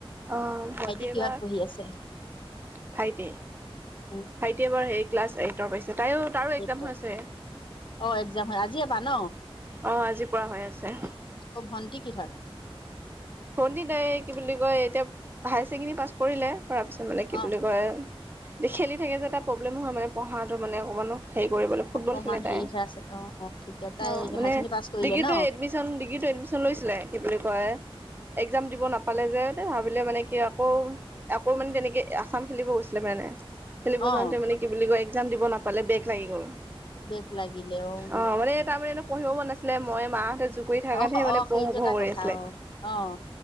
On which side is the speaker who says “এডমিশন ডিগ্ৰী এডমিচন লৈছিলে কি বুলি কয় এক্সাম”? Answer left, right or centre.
Right